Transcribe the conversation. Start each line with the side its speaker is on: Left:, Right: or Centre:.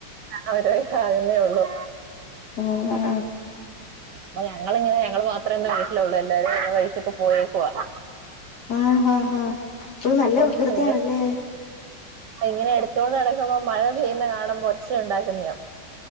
Right: ആ ഒരു വയസാകുന്നേ ഉള്ളു
Left: ആഹ്
Right: അപ്പൊ ഞങ്ങിങ്ങനെ ഞങ്ങള് മാത്രമേ ഇന്ന് വീട്ടിലുള്ളൂ എല്ലാരും ഓരേ വഴിക്കൊക്കെ പോയേക്കുവ
Left: ആ ഹാ ഹാ ഇപ്പഴും
Right: അപ്പം
Left: നല്ല വികൃതിയാണല്ലേ
Right: ഇവര് ഇങ്ങനെ എടുത്തോണ്ട് നടക്കുമ്പോ മഴ പെയ്യുന്ന കാണുമ്പോ ഒച്ച ഒണ്ടാക്കുന്നയാ